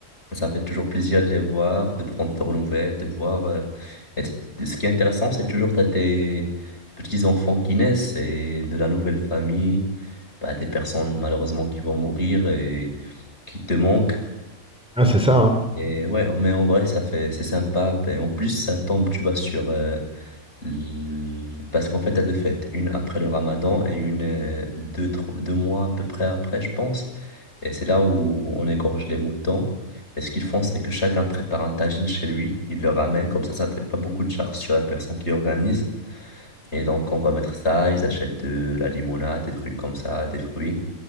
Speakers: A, on the left; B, in the centre.
A: Ça fait toujours plaisir de les voir, de prendre leurs nouvelles, de voir. euh, et t- ce qui est intéressant, c'est toujours t'as tes petits-enfants qui naissent et de la nouvelle famille, bah, des personnes malheureusement qui vont mourir et qui te manquent.
B: Ah, c'est ça, hein.
A: Et ouais, mais en vrai, ça fait, c'est sympa. Et en plus, ça tombe, tu vois, sur. euh, l- Parce qu'en fait, t'as deux fêtes, une après le Ramadan et une euh, deux, tro- deux mois à peu près après, je pense. Et c'est là où on égorge les moutons. Et ce qu'ils font, c'est que chacun prépare un tagine chez lui, il le ramène, comme ça, ça fait pas beaucoup de charge sur la personne qui organise. Et donc, on va mettre ça, ils achètent de la limonade, des trucs comme ça, des fruits.